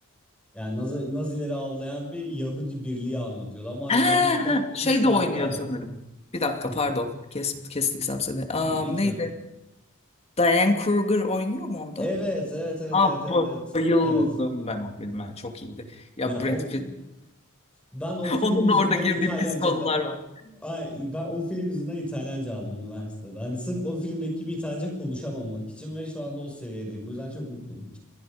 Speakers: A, in the centre; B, on the left.
A: yani Nazi, Nazileri avlayan bir Yahudi birliği anlatıyordu ama aynı
B: Ha,
A: zamanda hikaye
B: ha. Şey
A: 3 farklı
B: de oynuyor
A: yerden
B: sanırım. Bir dakika
A: <laughs>
B: pardon. Kes, kestiysem seni. Am,
A: hiç
B: neydi?
A: önemli.
B: Diane Kruger oynuyor mu onda?
A: Evet, evet, evet,
B: Ah
A: evet, evet, evet,
B: bayıldım
A: evet.
B: ben o filme. Çok iyiydi. Ya
A: Yani
B: Brad
A: o film-
B: Pitt.
A: ben o
B: <laughs>
A: film
B: Onun
A: yüzünden
B: da orada girdiği
A: İtalyanca
B: pis konular
A: da
B: var.
A: Ay, ben o film yüzünden İtalyanca aldım üniversitede. Hani sırf o filmdeki bir İtalyanca konuşamamak için ve şu anda o seviyedeyim. Bu yüzden çok mutluyum.